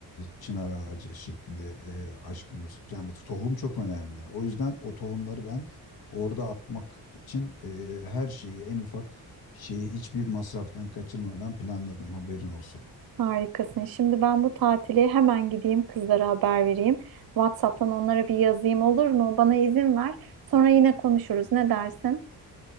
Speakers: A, on the left; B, on the right.
A: çınar ağacı şeklinde e, aşkımız. Yani tohum çok önemli. O yüzden o tohumları ben orada atmak için e, her şeyi en ufak şeyi hiçbir masraftan kaçırmadan planladım. Haberin olsun.
B: Harikasın. Şimdi ben bu tatili hemen gideyim kızlara haber vereyim. WhatsApp'tan onlara bir yazayım olur mu? Bana izin ver. Sonra yine konuşuruz. Ne dersin?